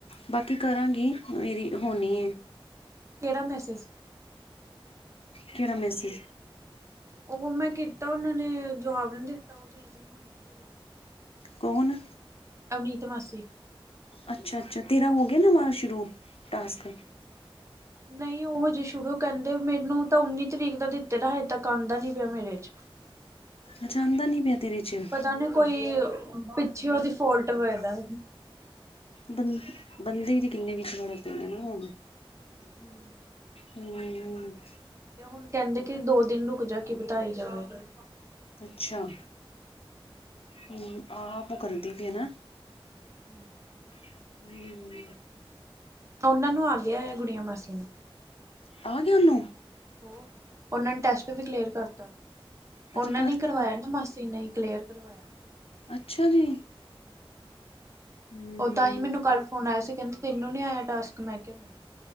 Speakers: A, on the left; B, on the right.
A: ਬਾਕੀ ਕਰਾਂਗੀ ਮੇਰੀ ਹੋਣੀ ਏ,
B: ਕਿਹੜਾ ਮੈਸੇਜ
A: ਕਿਹੜਾ ਮੈਸੇਜ।
B: ਉਹ ਮੈਂ ਕੀਤਾ ਉਹਨਾਂ ਨੇ ਜਵਾਬ ਨੀ ਦਿੱਤਾ ਉਹ ਬਿਜੀ ਹੋਣੇ ਹਜੇ।
A: ਕੌਣ?
B: ਅਵਨੀਤ ਮਾਸੀ।
A: ਅੱਛਾ-ਅੱਛਾ ਤੇਰਾ ਹੋ ਗਿਆ ਨਵਾ ਸ਼ੁਰੂ ਟਾਸਕ।
B: ਨਹੀਂ ਉਹ ਹਜੇ ਸ਼ੁਰੂ ਕਹਿੰਦੇ ਮੈਨੂੰ ਤਾਂ ਉੱਨੀ ਤਰੀਕ ਦਾ ਦਿੱਤੇ ਦਾ ਹਜੇ ਤੱਕ ਆਉਂਦਾ ਨੀ ਪਿਆ ਮੇਰੇ 'ਚ।
A: ਅੱਛਾ ਆਂਦਾ ਨੀ ਪਿਆ ਤੇਰੇ ਚ।
B: ਪਤਾ ਨੀ ਕੋਈ ਪਿੱਛੇ ਉਹਦੀ ਫੋਲਟ ਹੋਏਦਾ।
A: ਬੰ ਬੰਦੇ ਤੇ ਕਿੰਨੇ ਵਿੱਚ ਖੜੇ ਪਏ ਨੇ ਨਾ ਹੁਣ।
B: ਹੂੰ
A: ਹੂੰ
B: ਤੇ ਹੁਣ ਕਹਿੰਦੇ ਕਿ ਦੋ ਦਿਨ ਰੁਕ ਜਾ ਕੀ ਪਤਾ ਆ ਈ ਜਾਵੇ।
A: ਅੱਛਾ, ਹੂੰ ਆਪ ਉਹ ਕਰਦੀ ਤੇ ਨਾ।
B: ਹੂੰ
A: <unintelligible>
B: ਉਹਨਾਂ ਨੂੰ ਆ ਗਿਆ ਹੈ ਗੁੜੀਆਂ ਮਾਸੀ ਨੂੰ।
A: ਆ ਗਿਆ ਉਹਨੂੰ!
B: ਹੋਰ ਉਹਨਾਂ ਨੇ ਟੈਸਟ ਵੀ ਕਲੀਅਰ ਕਰਤਾ।
A: ਅੱਛਾ
B: ਉਹਨਾਂ
A: ਕਰਤਾ
B: ਨੇ ਕਰਵਾਇਆ ਨਾ ਮਾਸੀ ਨੇ ਹੀ ਕਲੀਅਰ ਕਰਵਾਇਆ।
A: ਅੱਛਾ ਜੀ। ਹੂੰ
B: ਉਹ ਤਾਂ ਹੀ ਮੈਨੂੰ ਕੱਲ ਫੋਨ ਆਇਆ ਸੀ ਕਹਿੰਦੇ ਤੈਨੂੰ ਨੀ ਆਇਆ ਟਾਸਕ ਮੈਂ ਕਿਹਾ ਨਹੀਂ।